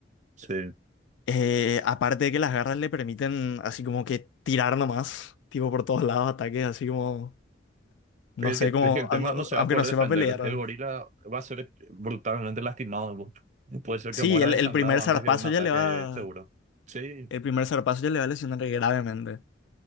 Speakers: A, on the right; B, on the left.
A: Sí.
B: Eh, aparte de que las garras le permiten así como que tirar nomás, tipo por todos lados, ataques así como, no
A: Pero Es
B: sé,
A: que,
B: como,
A: es que el tema
B: a- no-
A: no se
B: aunque
A: va a poder
B: no sepa
A: defender.
B: pelear.
A: El gorila va a ser brutalmente lastimado. Puede ser
B: Sí,
A: que muera
B: el,
A: desangrado
B: el primer
A: antes
B: zarpazo
A: que un ataque
B: ya le va,
A: seguro. Sí,
B: el primer zarpazo ya le va a lesionar gravemente.